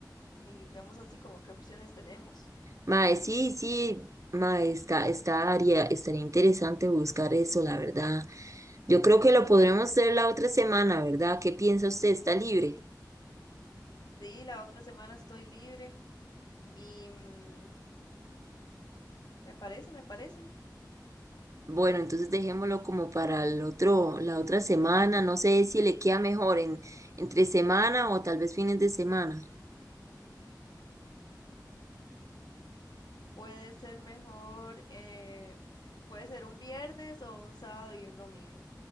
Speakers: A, on the left; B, on the right.
A: y vemos así como qué opciones tenemos?
B: Mae, sí, sí, mae, está, está, haría- estaría interesante buscar eso, la verdad. Yo creo que lo podremos hacer la otra semana, ¿verdad? ¿Qué piensa usted? ¿Está libre?
A: Sí, la otra semana estoy libre y mm, me parece, me parece.
B: Bueno, entonces dejémoslo como para el otro, la otra semana. No sé si le queda mejor en, entre semana o tal vez fines de semana.
A: Puede ser mejor, eh, puede ser un viernes o un sábado y un domingo.